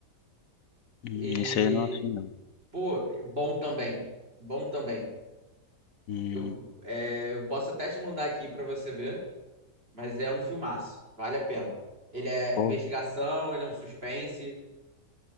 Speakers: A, on the left (about 60°); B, on the right (about 35°).
A: Hum,
B: E
A: esse aí eu não achei, não.
B: pô, é bom também. Bom também.
A: Hum,
B: Eu, é, eu posso até te mandar aqui pra você ver, mas é um filmaço, vale a pena. Ele é
A: pô,
B: investigação, ele é um suspense,